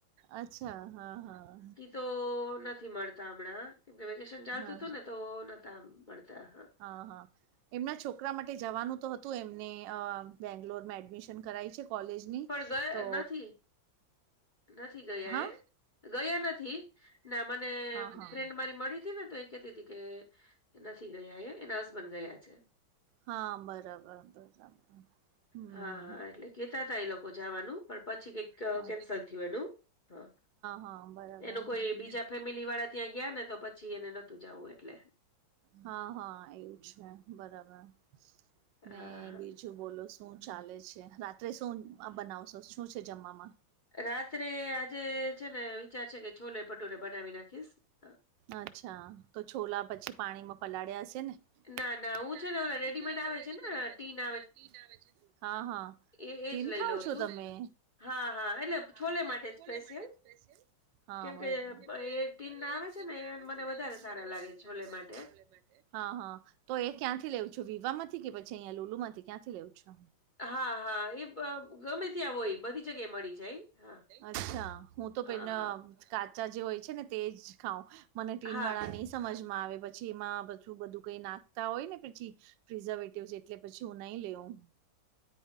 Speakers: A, on the right (about 75°); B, on the left (about 40°).
A: અચ્છા હા હા.
B: તો નથી મળતા હમણાં કેમકે વેકેશન ચાલતું
A: હા
B: હતું ને તો નતા મળતા હા.
A: હા હા. એમના છોકરા માટે જવાનું તો હતું એમને અ બેંગ્લોરમાં એડમિશન કરાય છે કોલે.
B: પણ ગયા
A: તો.
B: નથી નથી ગયા
A: હા
B: એ. ગયા નથી ના મને
A: હા હા
B: ફ્રેન્ડ મારી મળી હતી ને તો એ કેતી. કે નથી ગયા એ એના હસબન્ડ ગયા છે
A: હા બરાબર બરાબર હમ
B: હા હા એટલે કેતા હતા એ લોકો જવાનું પણ પછી કઈક
A: હા
B: કેન્સલ થયુ એનું હા
A: હા બરાબર
B: એનું કોઈ
A: બરાબર
B: બીજા ફેમિલી વાળા ત્યાં ગયા ને તો પછી એને નથી નતુ જવું એટલે
A: હા હા એવું છે બરાબર
B: હા
A: ને બી
B: હા
A: બીજુ બોલો શું ચાલે છે રાત્રે શું બનાવશો શું છે, જમવામાં?
B: રાત્રે આજે છે ને વિચાર છે કે છોલે ભટુરે બનાવી નાખીશ. અ
A: અચ્છા તો છોલા પછી પાણીમાં પલાળ્યા હશે ને?
B: ના હું
A: ના
B: છે ને
A: ના
B: ઓલા રેડીમેડ
A: છે ને
B: આવે
A: રેડીમેડ આવે
B: ટીન
A: છે ને કિટ આવે છે હા હા
B: એ
A: તીમ
B: એજ લઈ
A: ખાવ
B: લઉં
A: છો
B: છું
A: તમે?
B: હા હા એટલે
A: હા
B: છોલે
A: એટલે
B: માટે જ
A: છોલે
B: સ્પેશિયલ
A: માટે સ્પેશિયલ હા
B: કેમ કે
A: કેમ કે
B: એ ટીન ના
A: એજ
B: આવે છે
A: એમ
B: ને એ
A: આવે
B: મને
A: છે ને
B: વધારે
A: એ
B: સારા
A: મને વધારે
B: લાગે છે
A: સારા
B: છોલે
A: લાગે
B: માટે
A: છે છોલે માટે. હા હા તો એ ક્યાંથી લેવું છું વિવા માંથી કે પછી અહીયા લુલુ માંથી ક્યાંથી લેવો છો?
B: હા હા એ ગમે ત્યાં હોય બધી જગ્યાએ મળી જાય. હા
A: અચ્છા હું તો
B: હા
A: પેલા
B: હા
A: કાચા જે હોય છે ને તેજ ખાઉં મને ટીન
B: હા
A: વાળા નહી સમજમાં આવે પછી એમાં બધું બધું કઈ નાખતા હોય ને પછી પ્રિઝર્વેટિવ છે એટલે પછી હું નહી લેવું.